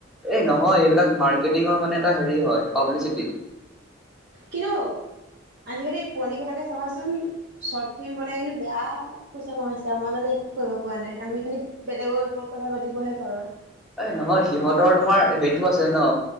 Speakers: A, in the centre; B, on the right.
A: এই নহয় এইবিলাক মাৰ্কেটিঙৰ মানে এটা হেৰি হয়, পাব্লিচিটি।
B: কিন্তু আজিকালি পোৱালীবিলাকে চাবাচোন। চৰ্ত ফিল্ম বনাই কিন্তু বেয়া পইচা কমাইছে, আমাৰ গালে একো কৰিব পৰা নাই, আমি খালি বেলেগৰ ওপৰত কথা পাতিবহে পাৰো।
A: এই নহয় সিহঁতৰ তোমাৰ হেইটো আছে ন,